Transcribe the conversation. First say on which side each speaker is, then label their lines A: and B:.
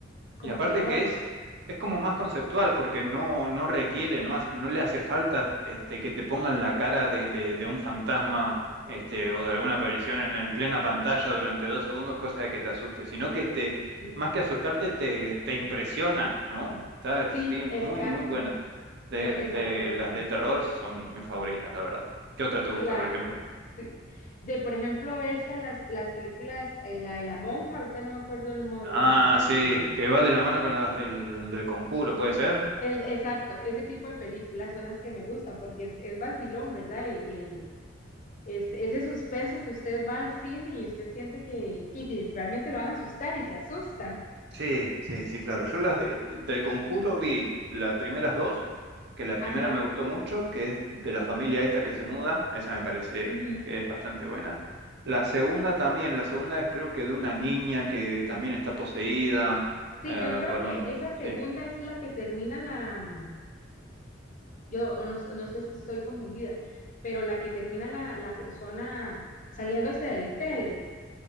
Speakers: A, on the left; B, on the right.
A: como
B: Y aparte
A: que no.
B: que es, es como más conceptual, porque no, no requiere, no, hace- no le hace falta este, que te pongan la cara de, de- de un fantasma este, o de alguna aparición en, en plena pantalla durante dos segundos, cosa de que te asuste, sino que te,
A: eh,
B: más que asustarte, te, te impresiona, ¿no? Está, es
A: Sí,
B: bien,
A: exacto,
B: muy, muy buena. De,
A: mu- exactamente,
B: de las de terror son mis favoritas, la verdad. ¿Qué otra te gusta,
A: claro.
B: por ejemplo?
A: sí. De, por ejemplo, esta, las, las películas, eh, la de la monja, ahorita no me acuerdo el mo-
B: Ah,
A: nombre.
B: sí,
A: eh,
B: que va de la mano con las del, del conjuro, ¿puede ser?
A: El, exacto, ese tipo de películas son las que me gustan porque es, es vacilón, ¿verdad? El, el- este, ese suspenso que usted va al cine y usted siente que, que de- realmente lo van a asustar y se asusta.
B: Sí, sí, sí, claro. Yo las de- del Conjuro vi las primeras dos, que la primera
A: Ajá,
B: me gustó mucho, que es de la
A: sí.
B: familia esta que se muda, esa me parece
A: ujú.
B: que es bastante buena. La segunda también, la segunda es creo que de una niña que también está poseída
A: Sí,
B: eh,
A: yo creo
B: por
A: que
B: un...
A: esa segunda
B: Sí.
A: es la que termina la, mm, yo no, s- no sé si estoy confundida, pero la que termina la, la persona saliéndose del tele.